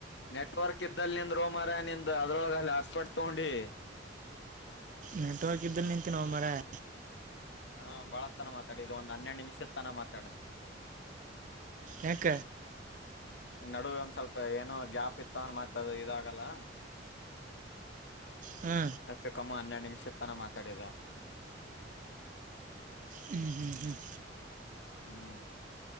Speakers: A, on the left (about 65°); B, on the right (about 45°).
A: ನೆಟ್ವರ್ಕ್ ಇದ್ದಲ್ ನಿಂದ್ ರೋಮ್ ನಿಂದ ಅದ್ರೊಳಗೆ ಅಲ್ಲಿ ಹಾಟ್ ಸ್ಪಾಟ್ ತಗೊಂಡಿ
B: ನೆಟ್ವರ್ಕ್ ಇದ್ದಲ್ಲಿ ನಿಂತೀನೋ ಮಾರಾಯ
A: ಹಾ ಬಾಳ ತನ ಮಾತಾಡಿ ಇದು ಒಂದ್ ಹನ್ನೆರಡು ನಿಮಿಷದ ತನ ಮಾತಾಡ
B: ಯಾಕ
A: ನಡುವ ಒಂದ್ ಸ್ವಲ್ಪ ಏನೋ ಗ್ಯಾಪ್ ಇತ್ತನ್ ಮತ್ತ ಅದು ಇದಾಗಲ್ಲ
B: ಹ್ಞೂ
A: <unintelligible> ಹನ್ನೆರಡು ನಿಮಿಷದ ತಾನ ಮಾತಾಡದ
B: ಹ್ಮ್ ಹ್ಮ್ ಹ್ಮ್
A: ಹ್ಮ್